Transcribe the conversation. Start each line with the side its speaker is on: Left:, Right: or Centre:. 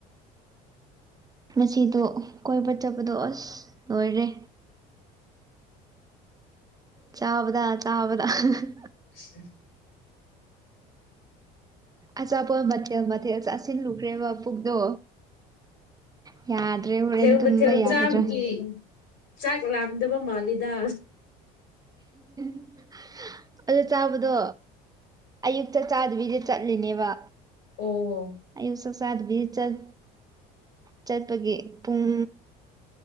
Right: ꯉꯁꯤꯗꯣ ꯀꯣꯏꯕ ꯆꯠꯄꯗꯣ ꯑꯁ ꯂꯣꯏꯔꯦ꯫ ꯆꯥꯕꯗ ꯆꯥꯕꯗ <unintelligible>
Left: <inaudible>
Right: ꯑꯆꯥꯄꯣꯠ ꯃꯊꯦꯜ ꯃꯊꯦꯜ ꯆꯥꯁꯤꯜꯂꯨꯈ꯭ꯔꯦꯕ ꯄꯨꯛꯗꯣ꯫ ꯌꯥꯗ꯭ꯔꯦ꯫
Left: ꯊꯦꯜ
Right: ꯇꯨꯝꯕ
Left: ꯃꯊꯦꯜ
Right: ꯌꯥꯒꯗ꯭ꯔꯥ
Left: ꯆꯥꯕꯒꯤ ꯆꯥꯛ ꯂꯥꯝꯗꯕ ꯃꯥꯜꯂꯤꯗ꯫
Right: <inaudible> ꯑꯗꯨ ꯆꯥꯕꯗꯣ ꯑꯌꯨꯛ ꯆꯥꯛ ꯆꯥꯗꯕꯤꯗ ꯆꯠꯂꯤꯅꯦꯕ꯫
Left: ꯑꯣ
Right: ꯑꯌꯨꯛꯁꯨ ꯆꯥꯗꯕꯤ ꯆꯠ ꯆꯠꯄꯒꯤ ꯄꯨꯡ꯫